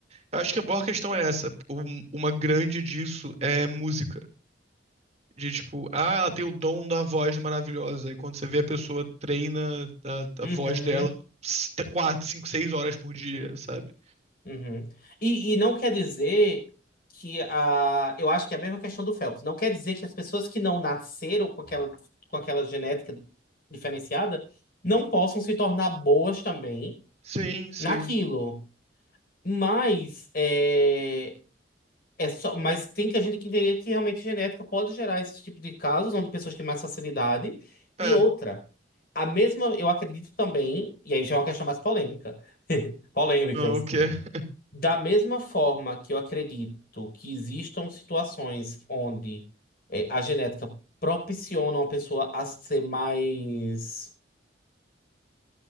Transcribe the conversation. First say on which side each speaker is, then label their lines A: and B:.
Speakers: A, on the right (about 35°); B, on the left (about 50°).
A: eu acho que a maior questão é essa. Um- uma grande disso é música. De tipo, ah, ela tem o dom da voz maravilhosa. E quando você vê a pessoa treina a,
B: Uhum,
A: a voz dela s- quatro, cinco, seis horas por dia,
B: uhum.
A: sabe?
B: Uhum. E, e não quer dizer que a. Eu acho que é a mesma questão do Phelps. Não quer dizer que as pessoas que não nasceram com aquela, com aquela genética diferenciada não possam se tornar boas também
A: Sim, sim.
B: naquilo. Mas é, é só, mas tem que a gente que entender que realmente genética pode gerar esse tipo de casos onde pessoas têm mais facilidade. E
A: É.
B: outra, a mesma, eu acredito também, e aí já é uma questão mais polêmica. <laughs> Polêmicas.
A: Ah, o quê? <laughs>
B: Da mesma forma que eu acredito que existam situações onde é, a genética propiciona uma pessoa a ser mais,